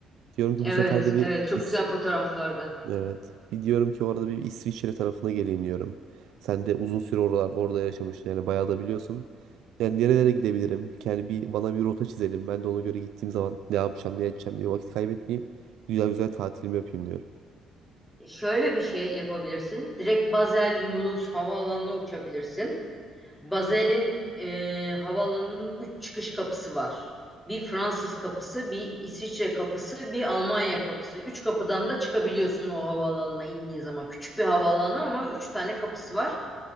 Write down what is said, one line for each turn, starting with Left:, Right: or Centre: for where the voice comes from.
Right: Diyorum ki
Centre: Evet,
Right: bu sefer de bir
Centre: evet çok
Right: İs
Centre: güzel fotoğraflardı.
Right: evet. Bir diyorum ki orada bir İsviçre tarafına geleyim diyorum. Sen de uzun süre oralar orada yaşamıştın yani bayağı da biliyorsun. Yani nerelere gidebilirim? Yani bir bana bir rota çizelim. Ben de ona göre gittiğim zaman ne yapacağım, ne edeceğim diye vakit kaybetmeyeyim. Güzel güzel tatilimi yapayım diyorum.
Centre: Şöyle bir şey yapabilirsin. Direkt Basel Mulhouse havaalanına uçabilirsin. Basel'in e, havaalanının 3 çıkış kapısı var. Bir Fransız kapısı, bir İsviçre kapısı, bir Almanya kapısı. Üç kapıdan da çıkabiliyorsun o havaalanına indiğin zaman. Küçük bir havaalanı ama üç tane kapısı var.